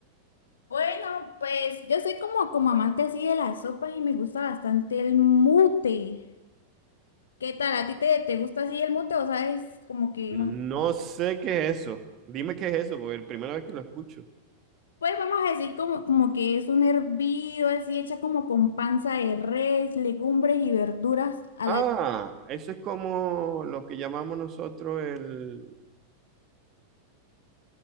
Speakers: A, on the left; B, on the right.
A: Bueno, pues yo soy como, como amante así de las sopas y me gusta bastante el mute. ¿Qué tal? ¿A ti te, te gusta así el mute o sabes como que
B: No
A: más?
B: sé qué es eso. Dime qué es eso, porque es la primera vez que lo escucho.
A: Pues vamos a decir como, como que es un hervido así hecha como con panza de res, legumbres y verduras a
B: Ah,
A: la...
B: eso es como lo que llamamos nosotros el,